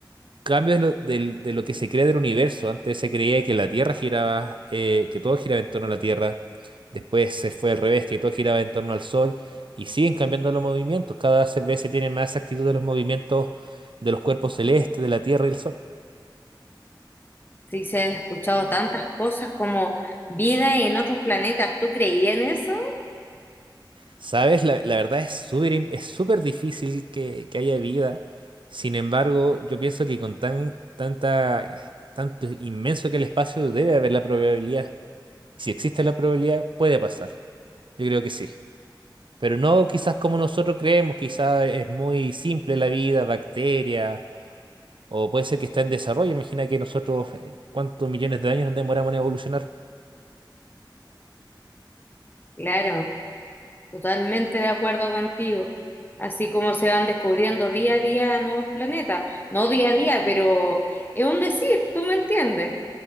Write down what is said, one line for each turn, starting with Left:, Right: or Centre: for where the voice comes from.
Right: cambios de lo, del- de lo que se crea del universo. Antes se creía que la Tierra giraba, eh, que todo giraba en torno a la Tierra. Después se fue al revés, que todo giraba en torno al Sol. Y siguen cambiando los movimientos. Cada vez se tiene más actitud de los movimientos de los cuerpos celestes, de la Tierra y el Sol.
Left: Sí, se ha escuchado tantas cosas como vida en otros planetas. ¿Tú creías en eso?
Right: ¿Sabes? La, la verdad es súper im- es súper difícil que, que haya vida. Sin embargo, yo pienso que con tan, tanta, tanto inmenso que el espacio debe haber la probabilidad. Si existe la probabilidad, puede pasar. Yo creo que sí. Pero no quizás como nosotros creemos, quizás es muy simple la vida, bacterias, o puede ser que está en desarrollo. Imagina que nosotros, eh, ¿cuántos millones de años nos demoramos en evolucionar?
Left: Claro, totalmente de acuerdo contigo. Así como se van descubriendo día a día nuevos planetas. No día a día, pero es un decir, ¿tú me entiendes?